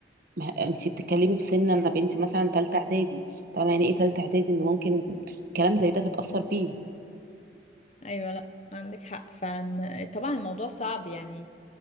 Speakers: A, on the right (about 55°); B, on the left (about 40°).
A: ما انتي بتتكلمي في سن انا بنتي مثلا تالتة اعدادي طبعا يعني ايه تالتة اعدادي ان ممكن كلام زي ده تتأثر بيه
B: ايوه لا عندك حق فعلا طبعا الموضوع صعب يعني